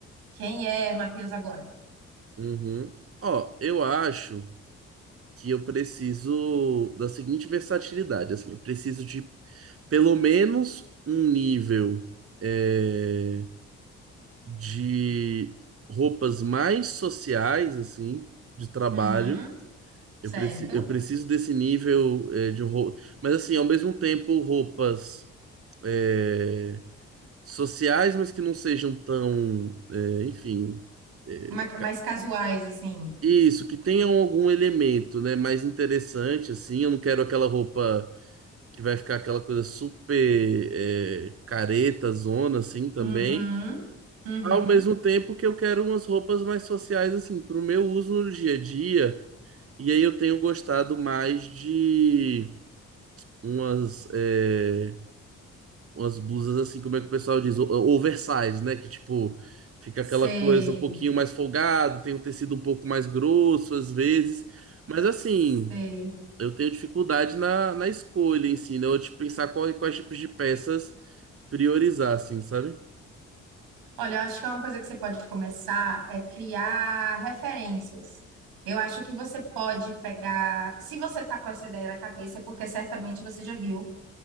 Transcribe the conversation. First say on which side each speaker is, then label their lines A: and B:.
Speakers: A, on the right; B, on the right.
A: Quem é Matheus agora?
B: Uhum. Ó, eu acho que eu preciso da seguinte versatilidade, assim, eu preciso de pelo menos um nível. é, de roupas mais sociais, assim, de trabalho.
A: Hum,
B: Eu,
A: certo.
B: preci eu preciso desse nível é, de roupa. Mas, assim, ao mesmo tempo, roupas é, sociais, mas que não sejam tão, é, enfim. é,
A: Ma-
B: ca-
A: Mais casuais, assim.
B: isso, que tenham algum elemento, né, mais interessante, assim. Eu não quero aquela roupa que vai ficar aquela coisa super é, careta, zona, assim, também.
A: Uhum, uhum.
B: Ao mesmo tempo que eu quero umas roupas mais sociais, assim, pro meu uso no dia a dia. E aí eu tenho gostado mais de umas, é, umas blusas, assim, como é que o pessoal diz? O- Oversize, né? Que, tipo, fica aquela
A: Sei,
B: coisa um pouquinho mais folgada, tem um tecido um pouco mais grosso, às vezes. Mas, assim,
A: sei.
B: eu tenho dificuldade na, na escolha em si, né? Eu, tipo, pensar qual, quais tipos de peças priorizar, assim, sabe?
A: Olha, eu acho que uma coisa que você pode começar é criar referências. Eu acho que você pode pegar. Se você tá com essa ideia na cabeça, é porque certamente você já viu